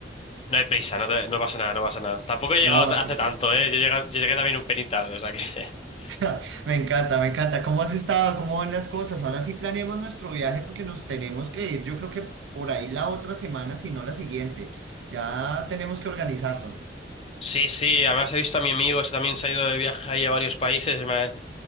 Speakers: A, on the left (about 35°); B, on the right (about 80°).
A: no hay prisa, no, te- no pasa nada, no pasa nada. Tampoco he llegado
B: No, súper.
A: hace tanto, ¿eh? Yo llegué, yo llegué también un pelín tarde, o sea que... <laughs>
B: <laughs> Me encanta, me encanta. ¿Cómo has estado? ¿Cómo van las cosas? Ahora sí planeemos nuestro viaje porque nos tenemos que ir. Yo creo que por ahí la otra semana, si no la siguiente. Ya tenemos que organizarlo.
A: Sí, sí, además he visto a mi amigo, ese también se ha ido de viaje ahí a varios países y me, ha